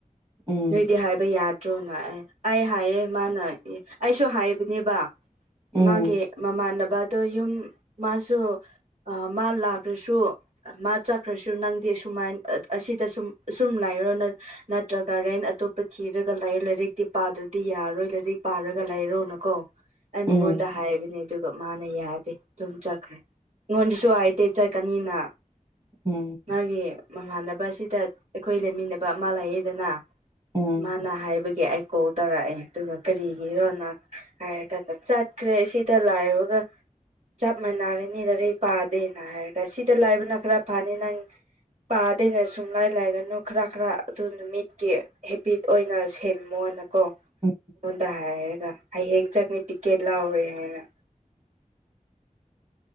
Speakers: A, on the right (about 30°); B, on the right (about 60°).
A: ꯎꯝ
B: ꯅꯣꯏꯗꯤ ꯍꯥꯏꯕ ꯌꯥꯗ꯭ꯔꯦ ꯠꯇ꯭ꯔꯣꯅ ꯑꯦ ꯑꯩ ꯍꯥꯏꯌꯦ ꯃꯥꯅ ꯑꯩꯁꯨ ꯍꯥꯏꯕꯅꯦꯕ
A: ꯎꯝ
B: ꯃꯥꯒꯤ ꯃꯃꯥꯟꯅꯕꯗꯣ ꯌꯨꯝ ꯃꯥꯁꯨ ꯃꯥ ꯂꯥꯛ ꯈ꯭ꯔꯁꯨ ꯃꯥ ꯆꯠꯈ꯭ꯔꯁꯨ ꯅꯪꯗꯤ ꯑꯃꯥꯏ ꯑꯁꯤꯗ ꯁꯨꯝ ꯑꯁꯨꯝ ꯂꯩꯥꯏꯔꯣ ꯅꯠꯇ꯭ꯔꯒꯥꯔꯦꯟ ꯑꯇꯣꯞꯄ ꯊꯤꯔꯒ ꯂꯔꯣ ꯂꯥꯏꯔꯤꯛꯇꯤ ꯄꯥꯗ꯭ꯔꯗꯤ ꯌꯥꯔꯣꯏ ꯂꯥꯏꯔꯤꯛ ꯄꯥꯔꯒ ꯂꯩꯔꯣꯅꯀꯣ ꯑꯩ
A: ꯎꯝ
B: ꯃꯉꯣꯟꯗ ꯍꯥꯏꯕꯅꯦ ꯑꯗꯨꯒ ꯃꯥꯅ ꯌꯥꯗꯦ ꯑꯗꯨꯝ ꯆꯠꯈ꯭ꯔꯦ ꯑꯩꯉꯣꯟꯗꯁꯨ ꯍꯥꯏꯇꯦ ꯀꯅꯤꯅ
A: ꯎꯝ
B: ꯃꯥꯒꯤ ꯃꯃꯥꯟꯅꯕ ꯑꯁꯤꯗ ꯑꯩꯈꯣꯏ ꯂꯩꯃꯤꯟꯅꯕ ꯑꯃ ꯂꯥꯛꯑꯦꯗꯅ
A: ꯎꯝ ꯎꯝ
B: ꯃꯥꯅ ꯍꯥꯏꯕꯒꯤ ꯑꯩ ꯀꯣꯜ ꯇꯧꯔꯛꯑꯦ ꯑꯗꯨꯒ ꯀꯔꯤꯒꯤꯔꯣꯅ ꯍꯥꯏꯔꯀꯗ ꯆꯠꯈ꯭ꯔꯦ ꯁꯤꯗ ꯂꯥꯏꯔꯒ ꯆꯞ ꯃꯥꯟꯅꯔꯦꯅꯤ ꯂꯒꯥꯔꯤꯛ ꯄꯥꯗꯦꯅ ꯍꯥꯏꯔꯒ ꯁꯤꯗ ꯂꯥꯏꯕꯅ ꯈꯔ ꯐꯅꯤ ꯅꯪ ꯄꯥꯗꯩꯅ ꯁꯨꯝ ꯂꯥꯏ ꯂꯥꯏꯒꯅꯨ ꯈꯔ ꯈꯔ ꯑꯗꯨ ꯅꯨꯃꯤꯠꯀꯤ ꯍꯦꯕꯤꯠ ꯑꯣꯏꯅ ꯁꯦꯝꯃꯣꯏ ꯅ ꯀꯣ ꯑꯩꯉꯣꯟꯗ
A: ꯎꯝ
B: ꯍꯥꯏꯔꯒ ꯍꯌꯦꯡ ꯆꯪꯅꯤ ꯇꯤꯛꯀꯦꯠ ꯂꯥꯎꯔꯦ ꯍꯥꯏꯅ <unintelligible>